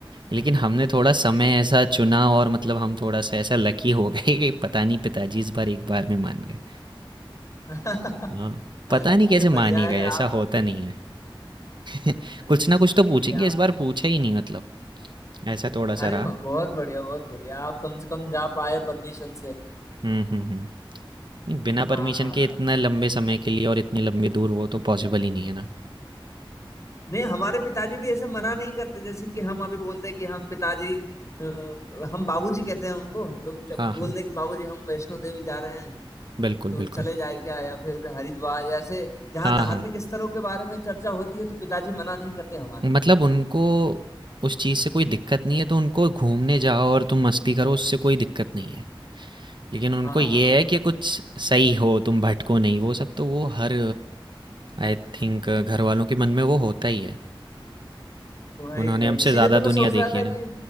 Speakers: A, on the right; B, on the left.
A: लेकिन हमने थोड़ा समय
B: सही
A: ऐसा चुना और मतलब हम थोड़ा सा ऐसा लकी हो गए कि पता नहीं पिताजी इस बार एक बार में मान गए
B: <laughs>
A: हाँ पता नहीं कैसे
B: अरे
A: मान
B: बढ़िया
A: ही गए
B: है
A: ऐसा
B: आप
A: होता नहीं है <laughs>
B: नहीं
A: कुछ
B: नहीं
A: ना कुछ तो
B: सही
A: पूछेंगे
B: है आप
A: इस बार पूछा ही नहीं मतलब ऐसा थोड़ा
B: अरे
A: सा रहा
B: वाह बहुत बढ़िया बहुत बढ़िया आप कम से कम जा पाए परमिशन से
A: हम्म हम्म हम्म नहीं, बिना
B: हाँ
A: परमिशन के इतने लंबे समय के लिए और इतनी लंबी दूर वो तो पॉसिबल ही नहीं है ना
B: नहीं हमारे पिताजी भी ऐसे मना नहीं करते जैसे कि हम अभी बोलते हैं कि हम पिताजी अ, हम बाबूजी कहते हैं उनको तो
A: हाँ
B: बोलते
A: हाँ
B: हैं कि बाबूजी हम वैष्णो देवी जा रहे हैं
A: बिल्कुल
B: तो
A: बिल्कुल
B: चले जाए क्या या फिर हरिद्वार ऐसे जहाँ
A: हाँ
B: धार्मिक
A: हाँ
B: स्थलों के बारे में चर्चा होती है तो पिताजी मना नहीं करते हमारे
A: मतलब उनको उस चीज़ से कोई दिक्कत नहीं है तो उनको घूमने जाओ और तुम मस्ती करो उससे कोई दिक्कत नहीं है लेकिन उनको
B: हाँ
A: ये
B: हाँ हाँ
A: है कि कुछ सही हो तुम भटको नहीं वो सब तो वो हर आई थिंक घर वालों के मन में वो होता ही है
B: वही
A: उन्होंने
B: वही
A: हमसे
B: इसीलिए
A: ज़्यादा
B: तो मैं
A: दुनिया
B: सोच
A: देखी
B: रहा था
A: है ना
B: कि